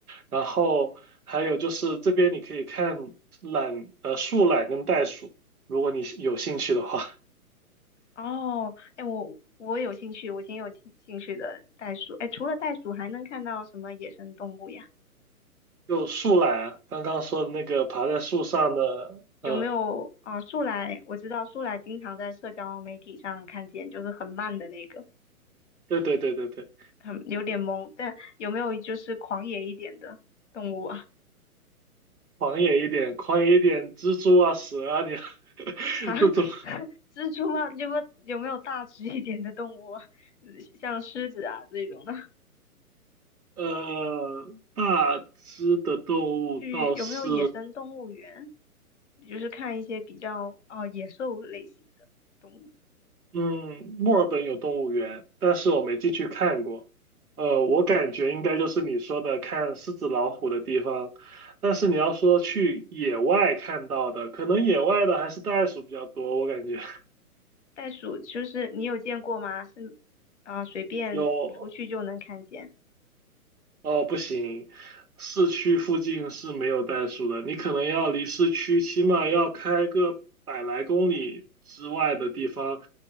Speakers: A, on the right; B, on the left.
A: 然后还有就是这边你可以看懒呃树懒跟袋鼠。如果你是有兴趣的话，
B: 哦，哎，我我有兴趣，我挺有兴兴趣的袋鼠。哎，除了袋鼠，还能看到什么野生动物呀？
A: 就树懒，啊，刚刚说的那个爬在树上的，
B: 有没有啊、
A: 嗯，
B: 呃树懒，我知道树懒经常在社交媒体上看见，就是很慢的那个。
A: 对对对对对，
B: 很有点懵，但有没有就是狂野一点的动物啊？
A: 狂野一点，狂野一点，蜘蛛啊、蛇啊，你 <laughs>
B: 哈，
A: 这种，
B: <laughs> 蜘蛛吗？有没有有没有大只一点的动物啊？嗯像狮子啊这种的，
A: 呃，大只的动物倒是
B: 去有没有野生动物园？就是看一些比较哦野兽类型的动物，
A: 嗯，墨尔本有动物园，但是我没进去看过。呃，我感觉应该就是你说的看狮子、老虎的地方。但是你要说去野外看到的，可能野外的还是袋鼠比较多，我感觉 <laughs>
B: 袋鼠就是你有见过吗？是啊，随便出去就能看见
A: 有哦，不行，市区附近是没有袋鼠的，你可能要离市区起码要开个百来公里之外的地方，